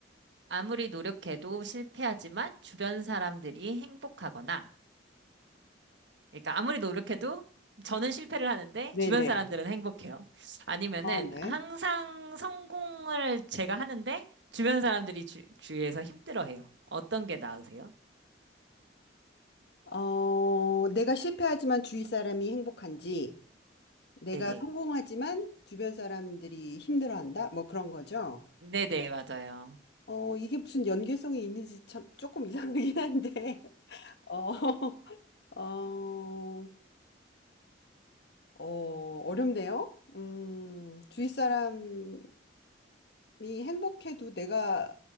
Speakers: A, on the right; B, on the left.
A: 아무리 노력해도 실패하지만 주변 사람들이 행복하거나, 그러니까 아무리 노력해도 저는 실패를 하는데
B: 네네.
A: 주변 사람들은 행복해요. 아니면은
B: 어, 네.
A: 항상 성공을 제가 하는데 주변 사람들이 주, 주위에서 힘들어해요. 어떤 게 나으세요?
B: 어, 내가 실패하지만 주위 사람이 행복한지, 내가
A: 네네.
B: 성공하지만 주변 사람들이 힘들어한다? 뭐 그런 거죠.
A: 네네, 맞아요.
B: 어, 이게 무슨 연계성이 있는지 참 조금 이상하긴 한데, <laughs> 어, 어, 어, 어렵네요. 음, 주위 사람, 이 행복해도 내가